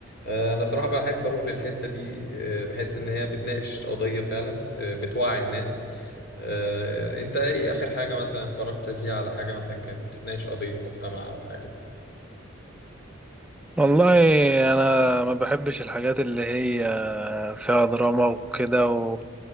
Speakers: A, on the left (about 55°); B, in the centre.
A: آه، أنا صراحة بحب أروح للحتة دي آه، بحس إن هي بتناقش قضية فعلا آه، بتوعي الناس آه، أنت إيه آخر حاجة مثلا اتفرجت فيها على حاجة مثلا كانت بتتناقش قضية مجتمع أو حاجة
B: والله انا ما بحبش الحاجات اللي هي فيها دراما وكده و...